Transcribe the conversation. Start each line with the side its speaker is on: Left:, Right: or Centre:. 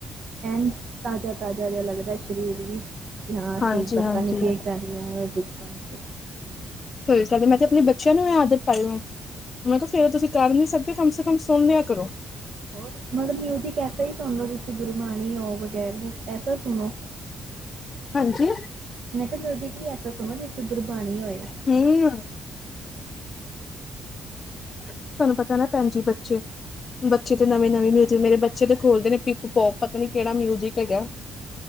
Right: ਐਂਜ ਤਾਜ਼ਾ -ਤਾਜ਼ਾ ਜਿਹਾ ਲੱਗਦਾ ਸ਼ਰੀਰ ਵੀ, ਕਿ ਹਾਂ ਅਸੀਂ
Left: ਹਾਂਜੀ-ਹਾਂਜੀ
Right: ਪਤਾ ਨੀ ਕੀ ਕਰ <unintelligible>
Left: ਸਹੀ ਗੱਲ, ਮੈਂ ਤੇ ਆਪ ਬੱਚਿਆਂ ਨੂੰ, ਇਹ ਆਦਤ ਪਾਈ ਹੈ। ਮੈਂ ਕਿਹਾ ਸਵੇਰੇ ਤੁਸੀਂ ਕਰ ਨੀ ਸਕਦੇ, ਕਮ ਸੇ ਕਮ ਸੁਣ ਲਿਆ ਕਰੋ।
Right: ਹੋਰ, <unintelligible> ਸਹੀ ਸੁਣ ਲਉ, ਜਿਸ ਚ ਗੁਰਬਾਣੀ ਹੋਓ ਵਗੈਰ ਐਸਾ ਸੁਣੋ।
Left: ਹਾਂਜੀ?
Right: ਮੈਂ ਕਿਹਾ, ਮਿਊਜਿਕ ਵੀ ਐਸਾ ਸੁਣੋ, ਜਿਸ ਚ ਗੁਰਬਾਣੀ ਹੋਏ।
Left: <inaudible> ਤੁਹਾਨੂੰ, ਪਤਾ ਨਾ ਭੈਣ ਜੀ, ਬੱਚੇ, ਬੱਚੇ ਤੇ ਨਵੇਂ -ਨਵੇਂ ਮਿਊਜਿਕ ਮੇਰੇ ਬੱਚੇ ਤੇ ਖੋਲਦੇ ਨੇ, ਪਿਕ - ਪੋਕ, ਪਤਾ ਨੀ ਕਿਹੜਾ ਮਿਊਜਿਕ ਹੈਗਾ